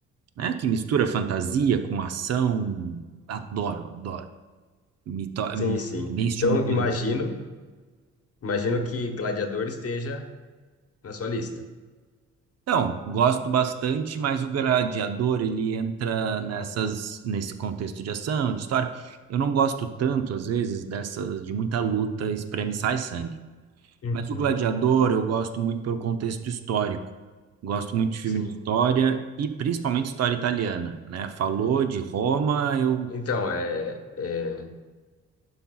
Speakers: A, on the right; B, on the left.
A: né? Que mistura fantasia com ação. Adoro, adoro. Me to-
B: Sim, sim.
A: É bem estimulante.
B: Então, imagino, imagino que Gladiador esteja na sua lista.
A: Então, gosto bastante, mas o Gladiador, ele entra nessas, nesse contexto de ação, de história. Eu não gosto tanto, às vezes, dessa, de muita luta, espreme, e sai sangue.
B: Uhum.
A: Mas o Gladiador eu gosto muito pelo contexto histórico. Gosto muito de filme
B: Sim.
A: de história e principalmente história italiana, né? Falou de Roma, eu...
B: Então, é, é,